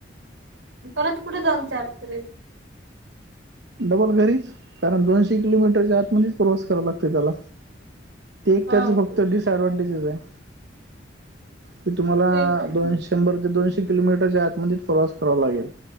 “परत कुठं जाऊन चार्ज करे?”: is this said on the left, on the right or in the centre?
Right